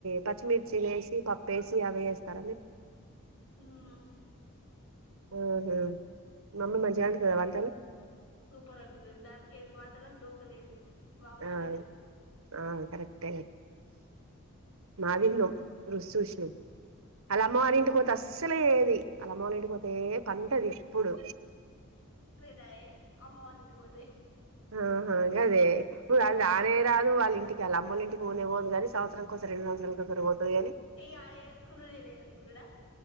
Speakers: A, on the right (about 65°); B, on the left (about 60°).
A: పచ్చిమిర్చి యేసి, పప్పేసి అవే చేస్తరా మీరు?
B: హ్మ్
A: ఉంహు, మమ్మీ మంచిగండుతదా వంటలు?
B: సూపర్ అండుతది దానికి ఏంది వంటకి డోకలేదు. మామ్మండుతే
A: ఆ ఆ కరెక్టే మారిండు రుష్చూసినం, అలా అమ్మవాలింటికి పోతే అస్సలే చేయది ఆళ్ల అమ్మవాళ్ల ఇంటిక్ మతే పంటది ఎప్పుడు.
B: దాయే, అమ్మ వాళ్ళంటికి పోతే
A: ఆహా గదే ఎప్పుడు అది రానే రాదు అల్లిన్టికి ఆళ్ళ అమ్మోల్లింటికి పోనే పోదు కనీ సంవత్సరం కోసారి, రెండు సంవత్సరాలకోసారి పోతది కని
B: ఇగ ఆడ చేస్కునుడు, ఈడ చేస్కునుడా?